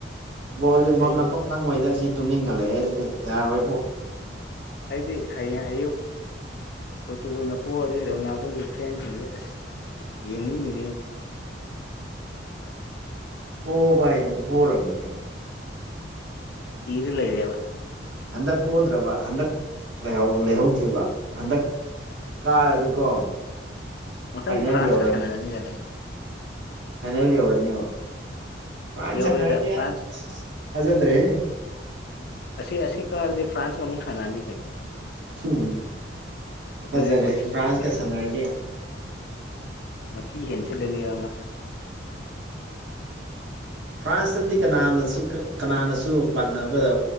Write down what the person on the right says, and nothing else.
ꯕꯣꯜ ꯌꯦꯡꯐꯝ
ꯂꯥꯛꯐꯝ ꯈꯪꯉꯣꯏꯗ ꯁꯤ ꯇꯨꯝꯅꯤꯡꯈꯠꯂꯛꯑꯦ ꯁꯤꯗꯤ ꯌꯥꯔꯣꯏꯕꯣ
ꯄꯣꯕ ꯍꯥꯏꯖꯤꯕꯨ ꯄꯣꯔꯕꯅꯤ ꯀꯩꯅꯣ
ꯍꯟꯗꯛ ꯄꯣꯗ꯭ꯔꯕ ꯍꯟꯗꯛ ꯂꯩꯍꯧꯗ꯭ꯔꯤꯕ ꯍꯟꯗꯛ ꯀꯥꯔꯗꯤꯀꯣ
ꯐꯥꯏꯅꯦꯜ
ꯌꯧꯔꯅꯤ
ꯐꯥꯏꯅꯦꯜ ꯌꯧꯔꯅꯦꯕ ꯐ꯭ꯔꯥꯟ
ꯁꯥꯟꯅꯔꯗꯤ
ꯑꯁ ꯊꯥꯖꯗ꯭ꯔꯦꯍꯦ
ꯎꯝ
ꯐꯖꯔꯦ
ꯐ꯭ꯔꯥꯟꯁꯀ
ꯁꯥꯟꯅꯔꯗꯤ
ꯐ꯭ꯔꯥꯟꯁꯇꯗꯤ ꯀꯅꯥꯝꯅꯁꯨ ꯀꯅꯥꯅꯁꯨ ꯄꯥꯥꯟꯅꯕꯒꯗ